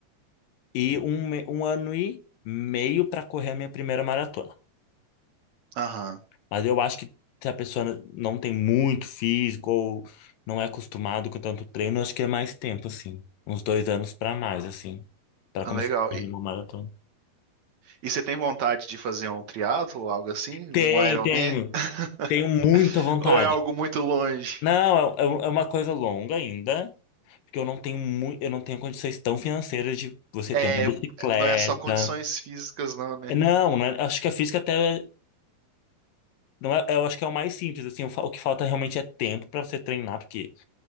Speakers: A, on the left (about 75°); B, on the right (about 65°).
A: E um, me- um ano e meio para correr a minha primeira maratona.
B: Aham,
A: Mas eu acho que se a pessoa não tem muito físico ou não é acostumado com tanto treino, eu acho que é mais tempo, assim. Uns dois anos pra mais, assim. Pra
B: ah,
A: começar
B: legal.
A: a correr
B: E,
A: uma maratona.
B: e você tem vontade de fazer um triatlo, algo assim?
A: Tenho,
B: Um Ironman?
A: tenho.
B: <laughs>
A: Tenho muita vontade.
B: Ou é algo muito longe?
A: Não, é, é um- é uma coisa longa ainda, porque eu não tenho muito, eu não tenho condições tão financeiras de você
B: É,
A: ter uma bicicleta.
B: não é só condições físicas, não, né?
A: É, Não, não é- acho que a física até é, não é, eu acho que é o mais simples, assim, o, fa- o que falta realmente é tempo para você treinar, porque